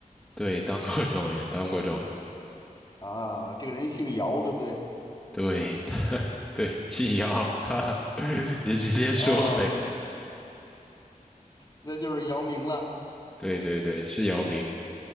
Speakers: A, in the centre; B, on the left.
A: 对，当过状元，当过状元。
B: 啊？这个人姓姚，对不对？
A: 对，他 <laughs> 对，姓姚，<laughs> 哈哈，<laughs> 你直接说呗。
B: 啊，那就是姚明了。
A: 对对对，是姚明。